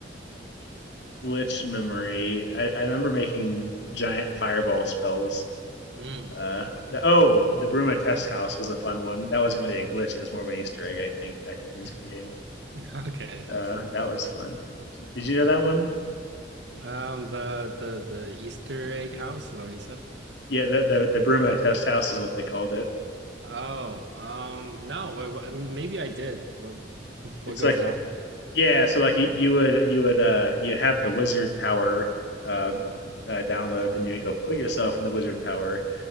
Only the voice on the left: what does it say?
glitch memory. I, I remember making giant fireball spells.
Uh, the, oh, the Bruma test house was a fun one. That wasn't really a glitch. It was more of an Easter egg, I think, technically
speaking.
Uh,
that was fun. Did you know that one?
Yeah, the the, the Bruma test house is what they called it.
It's
like
yeah, so like you, you would you would uh you'd have the wizard tower uh, uh download, then you would go put yourself in the wizard tower,